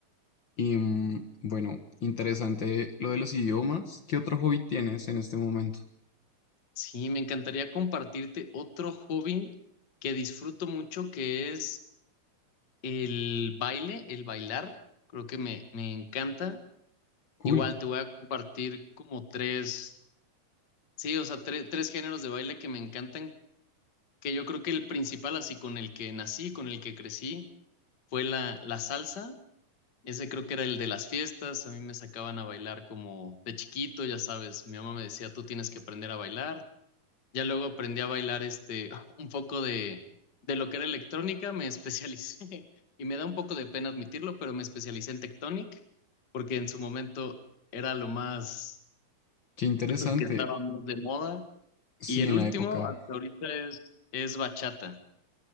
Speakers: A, on the left; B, on the left.
A: Y mm, bueno, interesante lo de los idiomas. ¿Qué otro hobby tienes en este momento?
B: Sí, me encantaría compartirte otro hobby que disfruto mucho, que es el baile, el bailar. Creo que me, me encanta.
A: Cool,
B: Igual te voy a compartir como tres, sí, o sea, tre- tres géneros de baile que me encantan, que yo creo que el principal, así con el que nací, con el que crecí, fue la, la salsa Ese creo que era el de las fiestas, a mí me sacaban a bailar como de chiquito, ya sabes, mi mamá me decía, tú tienes que aprender a bailar. Ya luego aprendí a bailar este <laughs> un poco de de lo que era electrónica, me especialicé <laughs> y me da un poco de pena admitirlo, pero me especialicé en Tectonic porque en su momento era lo más
A: qué interesante.
B: lo que estaba más de moda
A: Sí,
B: y el
A: en
B: último
A: la época.
B: hasta ahorita es es bachata.